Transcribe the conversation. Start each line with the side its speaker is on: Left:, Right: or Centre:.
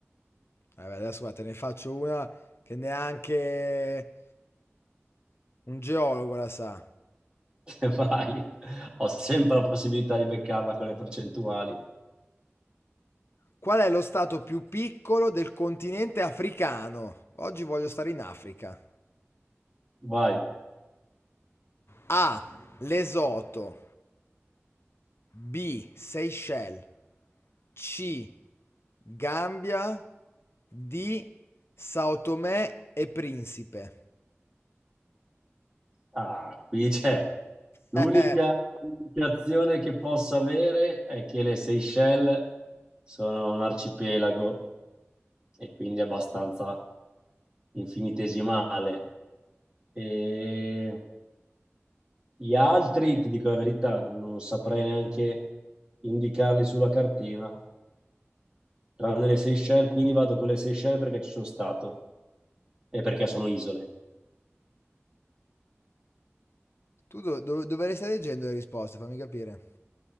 Left: Eh, Vabbè, adesso guarda, te ne faccio una che neanche un geologo la sa.
Right: <laughs> Vai. Ho sempre la possibilità di beccarla con le percentuali.
Left: Qual è lo stato più piccolo del continente africano? Oggi voglio stare in Africa.
Right: Vai.
Left: A. Lesoto. B. Seychelles. C. Gambia. D. Sao Tomé e Principe.
Right: Ah, qui c'è. L'unica
Left: Eh,
Right: indicazione che possa avere è che le Seychelles sono un arcipelago e quindi abbastanza infinitesimale. E gli altri, ti dico la verità, non non saprei neanche indicarli sulla cartina, tranne le Seychelles, quindi vado con le Seychelles perché ci sono stato e perché sono isole.
Left: tu do- dov- dovresti stare leggendo le risposte, fammi capire.